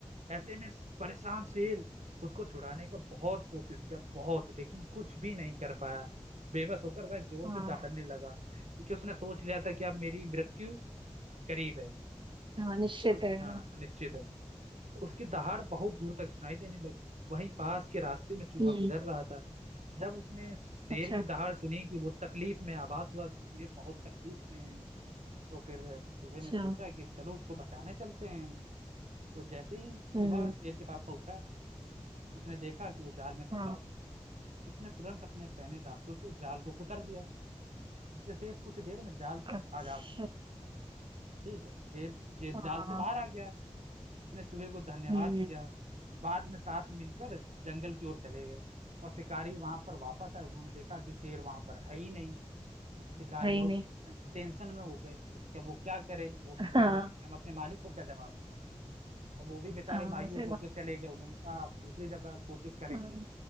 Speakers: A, on the right; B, on the right.
A: ऐसे में इस परेशान शेर खुद को छुड़ाने का बहुत कोशिश किया बहुत लेकिन कुछ भी नहीं कर पाया बेबस होकर वह जोर
B: हाँ
A: से दहाड़ने लगा क्योंकि उसने सोच लिया था कि अब मेरी मृत्यु करीब है
B: हाँ निश्चित
A: और
B: है
A: हाँ
B: हाँ,
A: निश्चित है तो उसकी दहाड़ बहुत दूर तक सुनाई देने लगी वहीं पास के रास्ते में चूहा
B: हम्म
A: गुजर रहा था जब उसने शेर
B: अच्छा
A: की दहाड़ सुनी कि वो तकलीफ में आभास हुआ कि शेर बहुत तकलीफ में है तो फिर चूहे
B: अच्छा
A: ने सोचा कि चलो उसको बचाने चलते हैं तो जैसे ही
B: हम्म
A: चूहा शेर के पास पहुंचा उसने देखा कि वो जाल में फंसा
B: हाँ
A: हुआ है। उसने तुरंत अपने पहने दांतों से जाल को कुतर दिया जिससे शेर कुछ देर में जाल से
B: अच्छा
A: आजाद हो ठीक है जेल जेल
B: हाँ
A: जाल से बाहर आ गया है। उसने चूहे को धन्यवाद
B: हम्म
A: किया बाद में साथ मिलकर जंगल की ओर चले गए और शिकारी वहां पर वापस आए उन्होंने देखा कि शेर वहां पर है ही नहीं शिकारी
B: है ही
A: और
B: नहीं
A: टेंशन टेंशन में हो गए कि अब वो क्या करें वो सब
B: हाँ
A: कह रहे थे कि हम अपने मालिक को क्या जवाब दें अब वो भी बेचारे
B: हाँ
A: मायूस
B: वैसे बा-
A: होके चले गए उन्होंने कहा आप दूसरी जगह कोशिश करेंगे
B: हाँ,